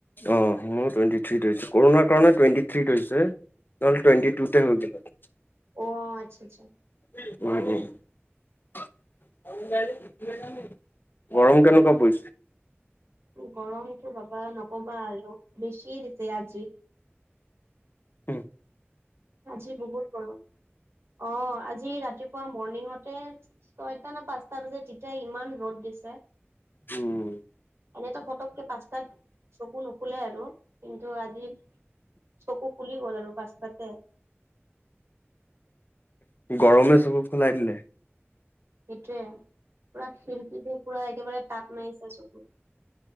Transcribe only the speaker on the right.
অ আচ্ছা আচ্ছা।
গৰমটো কবা নকবা আৰু বেছি দিছে আজি।
আজি বহুত গৰম অ আজি ৰাতিপুৱা মৰ্ণিঙতে ছয়টা না পাঁচটা বজাত তেতিয়া ইমান ৰ'দ দিছে
এনেতো পতককে পাঁচতাত চকু নুখুলে আৰু কিন্ত আজি চকু ফুলি গ'ল আৰু পাঁচটাতে
সেইটোৱে পুৰা খিৰিকী দি পুৰা একেবাৰে তাপ মাৰিছে চকুত